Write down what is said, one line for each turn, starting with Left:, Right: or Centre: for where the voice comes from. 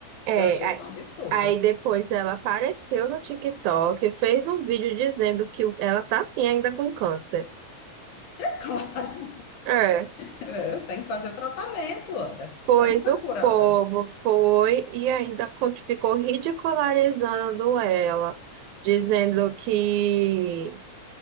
Right: É,
Left: Eu achei isso
Right: aí
Left: um absurdo.
Right: aí depois ela apareceu no TikTok, fez um vídeo dizendo que o- ela tá assim ainda com câncer.
Left: <laughs>
Right: É,
Left: Eu tenho que fazer tratamento, ora.
Right: pois
Left: Ela não foi
Right: o
Left: curada.
Right: povo foi e ainda con- ficou ridicularizando ela, dizendo que